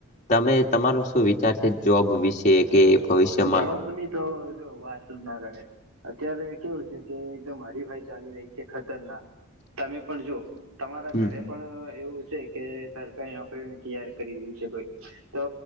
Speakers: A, on the left; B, on the right.
A: તમે તમારો શું વિચાર છે જોબ વિશે કે ભવિષ્યમાં
B: જોબ ની તો જો વાત જ ના કરે અત્યારે કેવું છે કે એકદમ હરીફાઈ ચાલી રહી છે ખતરનાક તમે પણ જો તમારા
A: હમ
B: ઘરે પણ એવું છે કે સરકારી નોકરીને તૈયાર કરી રહ્યું છે કોઈ તો